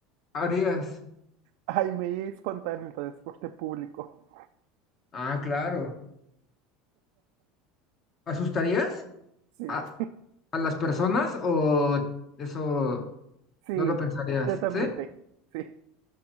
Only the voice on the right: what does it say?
Ay, me iría a espantar en el transporte público.
Sí,
<laughs>
sí,
completamente.
Sí.